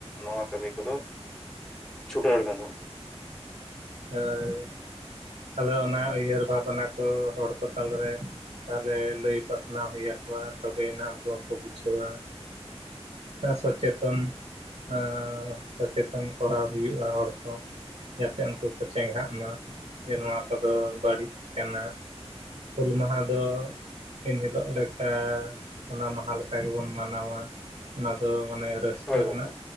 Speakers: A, in the centre; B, on the right.
A: ᱱᱚᱣᱟ ᱠᱟᱹᱢᱤ ᱠᱚᱫᱚ ᱪᱷᱩᱵᱟᱹᱨ ᱜᱟᱱᱚᱜᱼᱟ᱾
B: ᱦᱳᱭ ᱟᱫᱚ ᱚᱱᱟ ᱩᱭᱦᱟᱹᱨ ᱵᱷᱟᱵᱽᱱᱟ ᱠᱚ ᱦᱚᱲ ᱠᱚ ᱛᱟᱞᱟ ᱨᱮ ᱛᱟᱦᱚᱞᱮ ᱞᱟᱹᱭ ᱯᱟᱥᱱᱟᱣ ᱦᱩᱭ ᱟᱠᱚᱣᱟ ᱛᱚᱵᱮᱭᱱᱟ ᱩᱱᱠᱩ ᱦᱚᱸᱠᱚ ᱵᱩᱡᱷᱟᱹᱣᱟ᱾ <unintelligible> ᱥᱚᱪᱮᱛᱚᱱ ᱟᱸ ᱥᱚᱪᱮᱛᱚᱱ ᱠᱚᱨᱟᱣ ᱦᱩᱭᱩᱜᱼᱟ ᱦᱚᱲ ᱠᱚ᱾ ᱡᱟᱛᱮ ᱩᱱᱠᱩ ᱠᱚ ᱪᱮᱸᱜᱷᱟᱜ ᱢᱟ ᱡᱮ ᱱᱚᱣᱟ ᱠᱚᱫᱚ ᱵᱟᱹᱲᱤᱡ ᱠᱟᱱᱟ᱾ ᱦᱩᱞ ᱢᱟᱦᱟ ᱫᱚ ᱫᱤᱱ ᱦᱤᱞᱳᱜ ᱞᱮᱠᱟ ᱚᱱᱟ ᱢᱟᱦᱟ ᱞᱮᱠᱟ ᱜᱮᱵᱚᱱ ᱢᱟᱱᱟᱣᱟ ᱚᱱᱟ ᱫᱚ ᱢᱟᱱᱮ ᱨᱟᱹᱥᱠᱟᱹ
A: ᱦᱳᱭ ᱜᱚᱝᱠᱮ
B: ᱨᱮᱱᱟᱜ